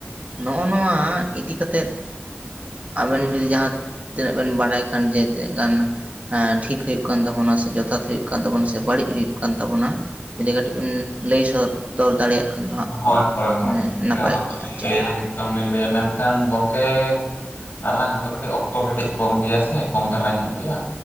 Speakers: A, on the right; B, on the left.
A: ᱱᱚᱜᱼᱚ ᱱᱚᱣᱟ ᱤᱫᱤ ᱠᱟᱛᱮᱫ ᱟᱹᱵᱤᱱ ᱡᱩᱫᱤ ᱡᱟᱦᱟᱸ ᱛᱤᱱᱟᱹᱜ ᱵᱤᱱ ᱵᱟᱲᱟᱭ ᱠᱷᱟᱱ ᱡᱮ ᱛᱤᱱᱟᱹᱜ ᱜᱟᱱ ᱴᱷᱤᱠ ᱦᱩᱭᱩᱜ ᱠᱟᱱ ᱛᱟᱵᱚᱱᱟ ᱥᱮ ᱡᱚᱛᱷᱟᱛ ᱦᱩᱭᱩᱜ ᱠᱟᱱ ᱛᱟᱵᱚᱱᱟ, ᱥᱮ ᱵᱟᱹᱲᱤᱡ ᱦᱩᱭᱩᱜ ᱠᱟᱱ ᱛᱟᱵᱚᱱᱟ ᱾ ᱡᱩᱫᱤ ᱠᱟᱹᱴᱤᱡ ᱵᱤᱱ ᱞᱟᱹᱭ ᱥᱚᱫᱚᱨ ᱫᱟᱲᱮᱭᱟᱜ ᱠᱷᱟᱱ, ᱫᱚ ᱦᱟᱸᱜ
B: ᱦᱳᱭ ᱦᱳᱭ ᱦᱳᱭ
A: ᱢᱟᱱᱮ
B: ᱜᱚᱢᱠᱮ
A: ᱱᱟᱯᱟᱭ
B: ᱚᱱᱟ
A: ᱠᱚᱜᱼᱟ
B: ᱫᱚᱞᱤᱧ
A: ᱟᱨ ᱪᱮᱫ
B: ᱞᱟᱹᱭᱟ ᱮᱠᱫᱚᱢ ᱞᱤᱧ ᱞᱟᱹᱭᱟ, ᱢᱮᱱᱠᱷᱟᱱ ᱜᱚᱢᱠᱮ ᱟᱞᱟᱝᱟᱜ ᱫᱚ ᱠᱟᱹᱴᱤᱡ ᱚᱠᱛᱚ ᱠᱟᱹᱴᱤᱡ ᱠᱚᱢ ᱜᱮᱭᱟ ᱥᱮ ᱠᱚᱢ ᱫᱷᱟᱨᱟ ᱧᱚᱜ ᱜᱮᱭᱟ᱾